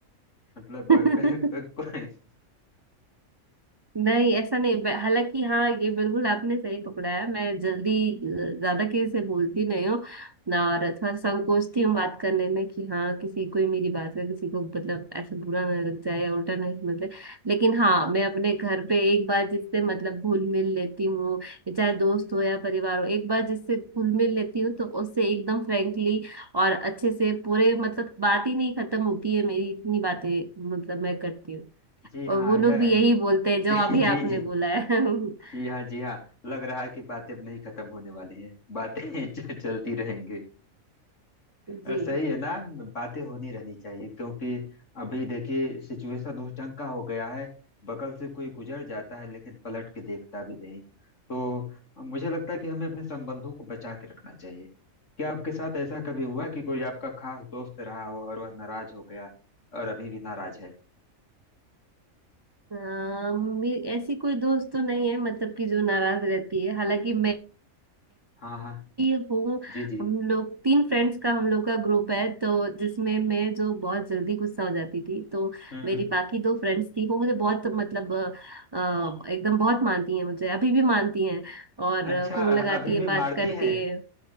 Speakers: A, on the left; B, on the right.
A: मतलब <laughs> अ,
B: हूँ
A: क, क,
B: <laughs>
A: क,
B: नहीं ऐसा नहीं ब- हालांकि हाँ ये बिल्कुल आपने सही पकड़ा है मैं जल्दी अ, ज्यादा किसी से बोलती नहीं हूँ ना और थोड़ा संकोचती हूँ बात करने में कि हाँ किसी को ही मेरी बात का किसी को मतलब ऐसा बुरा ना लग जाए या उल्टा नहीं समझ ले लेकिन हाँ मैं अपने घर पे एक बार जिससे मतलब घुल मिल लेती हूँ ये चाहे दोस्त हो या परिवार हो एक बार जिससे घुल मिल लेती हूँ तो उससे एकदम फ्रेंकली और अच्छे से पूरे मतलब बात ही नहीं खत्म होती है मेरी इतनी बातें मतलब मैं करती हूँ
A: जी हाँ
B: और वो
A: यह
B: लोग भी यही बोलते हैं जो
A: जी
B: अभी
A: जी
B: आपने
A: जी
B: बोला है <laughs>
A: जी हाँ जी हाँ लग रहा है कि बातें अब नहीं खत्म होने वाली है बातें <laughs> च- चलती रहेंगी
B: जी
A: अ, सही है ना बातें होनी रहनी चाहिए क्योंकि अभी देखिए सिचुएशन उस ढंग का हो गया है बगल से कोई गुजर जाता है लेकिन पलट के देखता भी नहीं तो अ, मुझे लगता है कि हमें अपने संबंधों को बचा के रखना चाहिए क्या आपके साथ ऐसा कभी हुआ कि कोई आपका खास दोस्त रहा हो और वह नाराज हो गया और अभी भी नाराज है
B: आ, मे- ऐसी कोई दोस्त तो नहीं है मतलब कि जो नाराज रहती है हालांकि मैं
A: हाँ हाँ
B: ही हूँ
A: जी जी
B: हम लोग तीन फ्रेंड्स का हम लोग का ग्रुप है तो जिसमें मैं जो बहुत जल्दी गुस्सा हो जाती थी तो
A: हम्म
B: मेरी
A: हम्म।
B: बाकी दो फ्रेंड्स थी वो मुझे बहुत मतलब अ, एकदम बहुत मानती हैं मुझे अभी भी मानती हैं और
A: अच्छा
B: फोन लगाती
A: अभी
B: है
A: भी
B: बात
A: मारती
B: करती
A: है
B: है